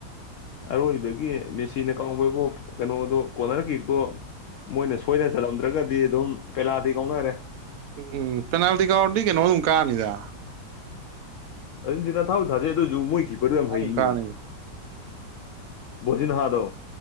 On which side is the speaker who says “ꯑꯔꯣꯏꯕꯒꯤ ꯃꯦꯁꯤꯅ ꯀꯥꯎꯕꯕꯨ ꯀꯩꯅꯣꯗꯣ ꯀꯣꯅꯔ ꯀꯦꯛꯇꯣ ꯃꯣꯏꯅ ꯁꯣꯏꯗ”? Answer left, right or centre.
Left